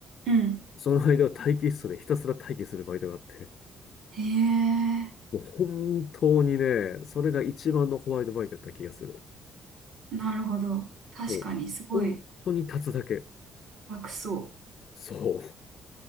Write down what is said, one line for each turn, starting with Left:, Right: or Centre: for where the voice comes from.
Right: うん、
Left: その間は待機室でひたすら待機するバイトがあって、
Right: へえ、
Left: もう本当にね、それが一番のホワイトバイトだった気がする。
Right: なるほど。確かに、
Left: もう、
Right: すごい
Left: 本当に立つだけ。
Right: 楽そ
Left: そ